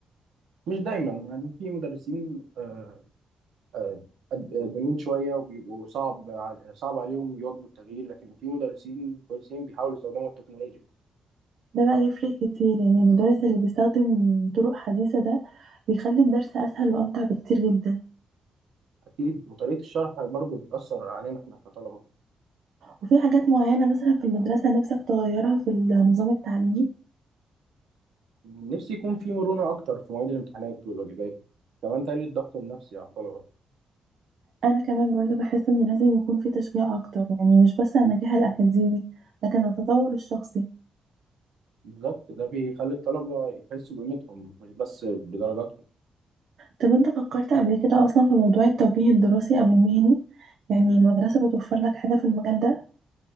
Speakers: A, on the right; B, on the right.
A: مش دايما يعني في مدرسين آه، آه، قد- قدامين شوية وبيبقوا صعب ع- صعب عليهم يواكبوا التغيير لكن في مدرسين كويسين بيحاولوا يستخدموا التكنولوجيا
B: ده بقى يفرق كتير يعني المدرس اللي بيستخدم طرق حديثه ده بيخلي الدرس اسهل وامتع بكتير جدا
A: أكيد وطريقة الشرح برضه بتأثر علينا إحنا كطلبة
B: وفي حاجات معينه مثلا في المدرسه نفسك تغيرها في النظام التعليمي
A: نفسي يكون في مرونة أكتر في مواعيد الامتحانات والواجبات كمان تقليل الضغط النفسي على الطلبة
B: انا كمان برضو بحس ان لازم يكون في تشجيع اكتر يعني مش بس على النجاح الاكاديمي لكن على التطور الشخصي
A: بالظبط ده بيخلي الطلبة يحسوا بقيمتهم مش بس بدرجاتهم
B: طب انت فكرت قبل كده اصلا في موضوع التوجيه الدراسي او المهني يعني المدرسة بتوفر لك حاجة في المجال ده